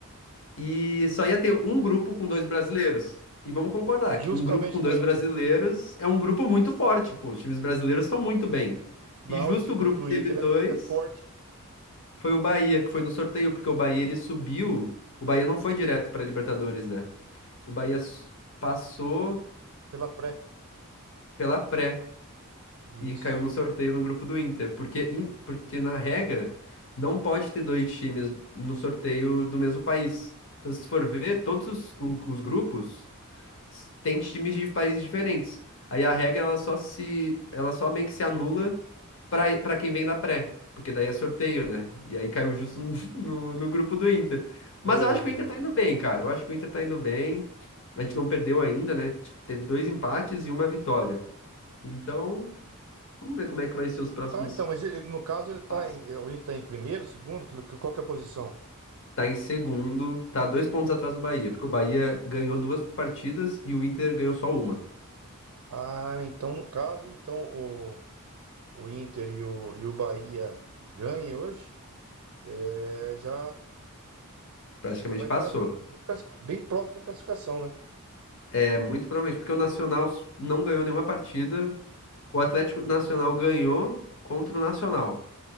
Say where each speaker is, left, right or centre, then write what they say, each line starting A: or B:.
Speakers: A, on the left; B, on the right.
A: E só ia ter um grupo com dois brasileiros. E vamos concordar
B: Justamente
A: que um grupo com
B: do
A: dois
B: Inter.
A: brasileiros é um grupo muito forte, pô. Os times brasileiros estão muito bem.
B: Não,
A: E justo
B: esse grupo
A: o grupo
B: do
A: que teve
B: Inter
A: dois
B: é, é forte
A: foi o Bahia, que foi no sorteio, porque o Bahia ele subiu. O Bahia não foi direto para Libertadores, né? O Bahia s- passou
B: pela pré.
A: pela pré.
B: Isso.
A: e caiu no sorteio no grupo do Inter. Porque, in- porque na regra, não pode ter dois times no sorteio do mesmo país. Então, se tu for ver, todos os, o- os grupos s- têm times de países diferentes. Aí a regra, ela só se, ela só meio que se anula para para quem vem da pré. Porque daí é sorteio, né? E aí caiu justo no, <laughs> no, no grupo do Inter.
B: Meu
A: Mas eu acho que
B: Deus.
A: o Inter tá indo bem, cara. Eu acho que o Inter tá indo bem. A gente não perdeu ainda, né? Tipo, teve dois empates e uma vitória. Então, Vamos ver como é que vai ser os próximos
B: Ah, então, mas ele- no caso ele tá
A: passos.
B: em, o Inter tá em primeiro, segundo, que, qual que é a posição?
A: Tá em segundo, tá dois pontos atrás do Bahia, porque o Bahia ganhou duas partidas e o Inter ganhou só uma.
B: Ah, então no caso, então o, o Inter e o, e o Bahia ganhem hoje, é, já
A: Praticamente
B: Já vai
A: passou.
B: estar ali bem, classico- bem próximo da classificação, né?
A: É muito provavelmente, porque o Nacional s- não ganhou nenhuma partida, o Atlético Nacional ganhou contra o Nacional.